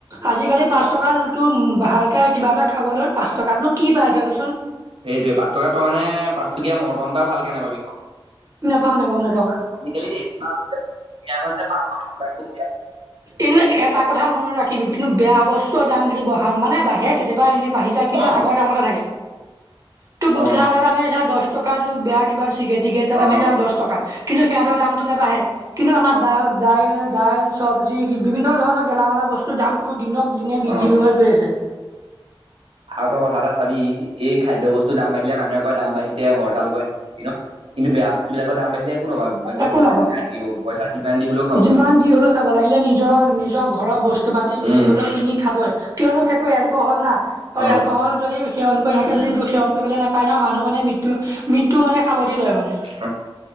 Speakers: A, on the right; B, on the right.
A: আজিকালি পাঁচ টকা টো ভালকে কিবা এটা খাবলৈ পাঁচ টকাতনো কি পাই তই কচোন।
B: সেইটোৱে পাঁচ টকা তই মানে পাঁচ টকীয়া মৰ্টন এটা ভালকে নাপাবি
A: নেপাওঁ নেপাওঁ নেপাওঁ।
B: আজিকালি এনেকুৱা হৈছে, ধুনীয়াখন যে পাঁচ টকাৰ দোকানখন
A: এনেও এটা কথা মনত ৰাখিবি কিন্তু বেয়া বস্তুৰ দাম কিন্তু বঢ়া মানে বাহিৰে কেতিয়াবা এনেই। বাঢ়ি যায় কিন্তু
B: অ
A: আগৰ দামতে থাকে ত গোটখা
B: অ
A: এটা দাম আমি চাওঁ দছ টকাটো বেয়া কিবা চিগেট টিগেট এটা দাম
B: অ
A: দছ টকা সিহঁতৰ দামটো নাবাঢ়ে কিন্তু আমাৰ দাই দাইল দাইল চব্জি বিভিন্ন ধৰণৰ গেলামালৰ বস্তু দিনে বৃদ্ধি
B: অ
A: হৈ হৈ গৈ আছে
B: <inaudible>
A: <unintelligible>
B: এটা চাবি এই খাদ্য বস্তুৰ দাম বাঢ়িলে মানুহে কয় দাম বাঢ়িছে হৰতাল কৰে ন কিন্তু বেয়া বস্তুবিলাকৰ দাম বাঢ়িলে একো নকয় একদম
A: একো নকয়
B: খাই থাকিব পইচা যিমান দি হ'লেও খাব
A: যিমান
B: মানে তোৰ
A: দি হ'লেও খাব লাগিলে ন নিজৰ নিজৰ ঘৰৰ বস্তু পাতি বেছি
B: উম
A: হ'লেও কিনি খাবই কিয়নো। সেইটো এলক'হল না আৰু
B: অ
A: এলক'হল যদি সেৱন কৰি থাকে যদি
B: উম
A: তোক সেৱন কৰিবলে নাপায় ন মানুহ মানে ম মৃত্যু মানে সাবটি লয় মানে।
B: অ